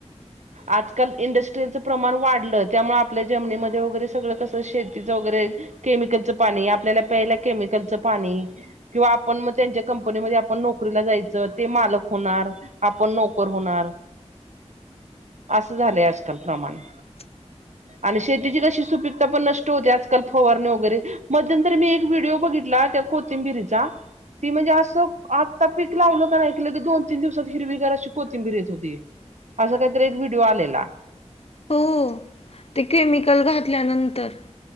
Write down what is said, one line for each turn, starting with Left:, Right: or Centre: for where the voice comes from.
Right: आजकाल इंडस्ट्रीलचं प्रमाण वाढलं, त्यामुळे आपल्या जमनीमध्ये वगैरे सगळं कसं शेतीचं वगैरे केमिकलचं पाणी, आपल्याला प्यायला केमिकलचं पाणी. किंवा आपण मग त्यांच्या कंपनीमध्ये आपण नोकरीला जायचं, ते मालक होणार. आपण नोकर होणार. असं झालंय आजकाल प्रमाण.
Left: <inaudible>
Right: आणि शेतीची कशी सुपीकता पण नष्ट होते, आजकाल फवारणे वगैरे. मध्यंतर मी एक व्हिडिओ बघितला, त्या को तिंबिरीचा ती म्हणजे असं आत्ता पिक लावलं का ऐकलं की, दोन तीन दिवसात हिरवीगार अशी कोथिंबीर येत होती. असा काहीतरी एक व्हिडिओ आलेला.
Left: हो, ते केमिकल घातल्यानंतर.